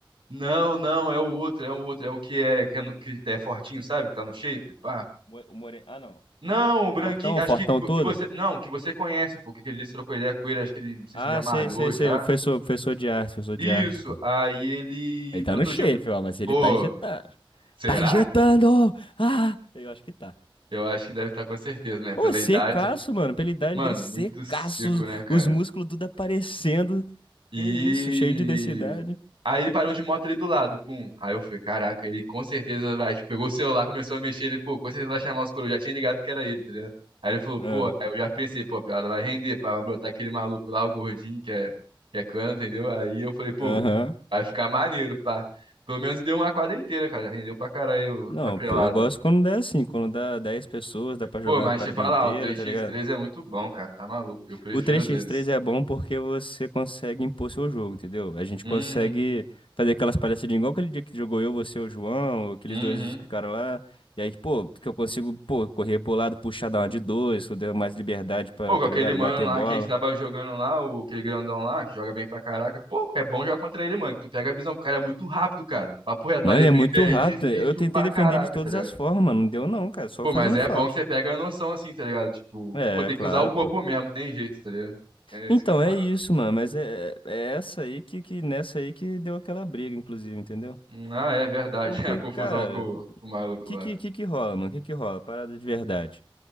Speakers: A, on the right; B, on the left.
A: Não, não, é o outro, é o outro, é o que é, que é, no- que é fortinho, sabe? Que tá no shape, pá.
B: Mo- O more... Ah, não.
A: Não,
B: O, o
A: o branquinho,
B: fortão, o
A: acho
B: fortão
A: que, que
B: todo?
A: você. Não, que você conhece, pô, que ele disse, trocou ideia com ele, acho que ele, não sei
B: Ah,
A: se já malhou
B: sei, sei, sei.
A: já.
B: O professor,
A: É.
B: professor de arte, professor
A: Isso,
B: de arte, pô.
A: aí ele
B: Ele
A: brotou
B: tá no shape,
A: de.
B: ó, mas ele
A: Pô,
B: tá injetando.
A: será?
B: Tá injetando! Ah! Eu acho que tá.
A: Eu acho que deve estar com certeza, né?
B: Pô,
A: Pela
B: secaço,
A: idade.
B: mano. Pela idade
A: Mano,
B: dele, secaço.
A: muito seco, né, cara?
B: Os, os músculos tudo aparecendo.
A: E.
B: Que isso, cheio de densidade.
A: Aí ele parou de moto ali do lado, pum. Aí eu falei, caraca, ele com certeza vai, tipo, pegou o celular, começou a mexer, ele, pô, com certeza vai chamar os coroas, já tinha ligado que era ele, tá ligado? Aí ele falou,
B: Ah,
A: pô, aí eu já pensei, pô, a piada vai render, pá, vai brotar aquele maluco lá, o gordinho, que é, que é cana, entendeu? Aí eu falei, pô,
B: Aham.
A: vai ficar maneiro, pá. Pelo menos deu uma quadra inteira, cara, rendeu pra caralho
B: Não,
A: a pelada.
B: pô, eu gosto quando dá assim. Quando dá 10 pessoas, dá pra
A: Pô,
B: jogar
A: mas
B: uma quadrinha
A: deixa eu falar,
B: inteira,
A: o três
B: tá
A: x
B: ligado?
A: três é muito bom, cara, tá maluco, eu prefiro
B: O três
A: às
B: x
A: vezes.
B: três é bom porque você consegue impor seu jogo, entendeu? A gente
A: Uhum,
B: consegue fazer aquelas palhaçadinhas igual aquele dia que jogou eu, você, o João, aqueles
A: uhum.
B: dois caras lá. E aí, pô, que eu consigo, pô, correr pro lado, puxar dar uma de dois, que eu dei mais liberdade pra,
A: Pô, com
B: tá
A: aquele
B: ligado?
A: mano
B: Bater
A: lá
B: bola.
A: que a gente tava jogando lá, o, aquele grandão lá, que joga bem pra caraca. Pô, é bom jogar contra ele, mano. que Tu pega a visão, o cara é muito rápido, cara. Papo reto, pra
B: Mano,
A: defender
B: ele é muito rápido.
A: é difícil
B: Eu tentei
A: pra
B: defender
A: caraca,
B: ele de todas
A: tá ligado?
B: as formas, mano. Não deu não, cara. Só
A: Pô,
B: fazendo
A: mas é
B: falta.
A: bom que você pega a noção assim, tá ligado? Tipo,
B: É,
A: pô, tem
B: claro,
A: que usar o corpo
B: pô.
A: mesmo, tem jeito, tá ligado? É
B: Então,
A: isso que é a parada.
B: é isso, mano. Mas é, é essa aí que, que nessa aí que deu aquela briga, inclusive, entendeu?
A: Hum, Ah, é verdade.
B: Porque,
A: <laughs> A confusão
B: cara.
A: com, o- com o maluco
B: que
A: lá.
B: que, que que rola, mano? Que que rola? Parada de verdade.